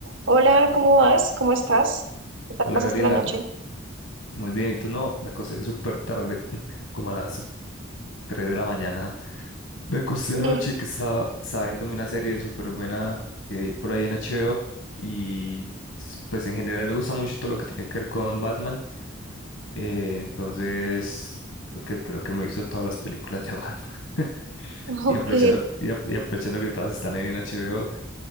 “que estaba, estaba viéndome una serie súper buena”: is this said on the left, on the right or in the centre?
Left